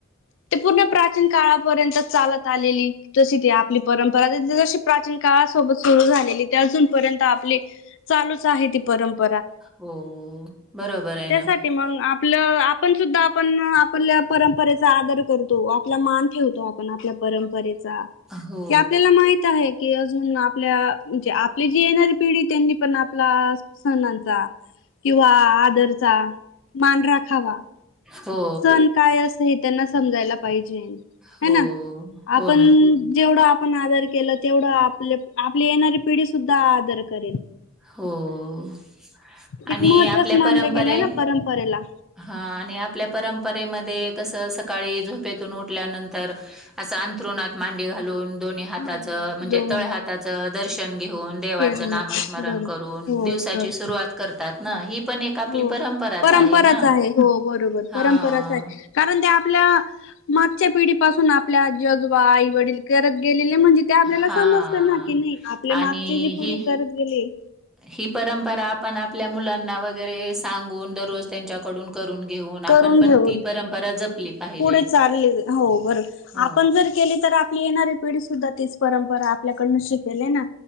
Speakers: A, on the left; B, in the centre.
A: ते पूर्ण प्राचीन काळापर्यंत चालत आलेली तशी ती आपली परंपरा जशी प्राचीन. काळासोबत सुरु झालेली ते अजूनपर्यंत आपली चालूच आहे ती परंपरा.
B: हो बरोबर आहे
A: त्यासाठी
B: ना.
A: मग आपलं आपण सुद्धा आपण आपल्या परंपरे. सादर करतो आपला मान ठेवतो आपण आपल्या परंपरेत.
B: हो,
A: क आपल्याला माहित आहे की. अून आपल्या म्हणजे आपली जे येणारी पिढी त्यांनी पण आपला सणचा. किंवा आदरचा मान राखावा.
B: हो,
A: सण काय असं हे त्यांना समजायला पाहिजे.
B: हो,
A: हय ना
B: हो
A: आपण
B: ना.
A: जेवढं आप आपण आदर केलं तेवढं आपले, आपली येणारी पिढी सुद्धा आदर करेल.
B: हो.
A: एक
B: आणि
A: महत्त्वाच
B: आपल्या
A: मानलं
B: परंपरे
A: गेलंय ना परंपरेला
B: हा, आणि आपल्या परंपरेमध्ये कसं सकाळी झोपेतून उठल्यानंतर असं अंंतरुणात मांडी घालून. दोन्ही हाताचं
A: मान
B: म्हणजे
A: दोघांना
B: तळ हाताचं दर्शन घेऊन देवाचं
A: केलं
B: नामस्.
A: जात बरं हो
B: दिवसाची
A: कर
B: सुरुवात करतात. ना, ही पण एक आपली
A: हो परंपराच
B: आहे ना.
A: आहे हो बरोबर
B: हां,
A: परंपराच आहे कारण ते. आपल्या मागच्या पिढी पाासून आपल्याजजोबा आई वडील करत गे. म्हणजे ते आपल्याला
B: हां
A: समजत ना की नाही आपल्या
B: आणि
A: मागची जी पुढ
B: ही
A: करत गेले.
B: ही परंपरा आपण आपल्या मुलांना वगैरे. सांगून दररोज त्यांच्याकडून करून घेऊन आपण
A: करून घेऊन
B: पण ती परंपरा जपली. पाहिजे.
A: पुढे चालले हो बर
B: हो,
A: आपण जर केली तर आप. येणारी पिढी सुद्धा तीच परंपरा आपल्याकडन शिकेल आहे ना.